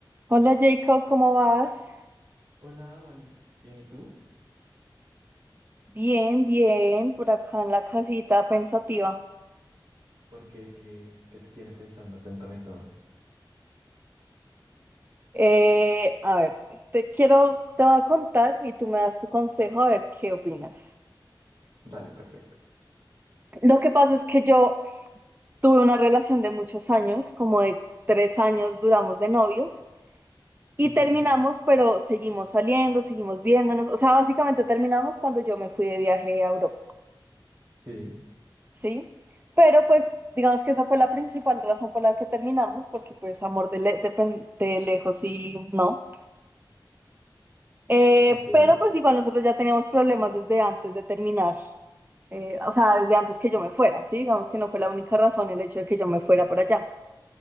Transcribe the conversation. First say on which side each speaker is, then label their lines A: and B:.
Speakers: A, on the right; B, on the right.
A: Hola Jacob, ¿cómo vas?
B: Hola, Valen. Bien, ¿y tú?
A: Bien, bien, por acá en la casita pensativa.
B: ¿Por qué? ¿Qué, qué te tiene pensando? Cuéntame todo.
A: Eh, a ver, te quiero, te voy a contar y tú me das tu consejo a ver qué opinas.
B: Dale, perfecto.
A: Lo que pasa es que yo tuve una relación de muchos años, como de tres años duramos de novios y
B: Ujú,
A: terminamos, pero seguimos saliendo, seguimos viéndonos. O sea, básicamente terminamos cuando yo me fui de viaje a Europa.
B: Sí,
A: ¿sí? Pero pues digamos que esa fue la principal razón por la que terminamos, porque pues amor de, le- de pen- de lejos sí, no. Eh,
B: ok.
A: pero pues igual nosotros ya teníamos problemas desde antes de terminar, eh, o sea, desde antes que yo me fuera, ¿sí? Digamos que no fue la única razón el hecho de que yo me fuera por allá.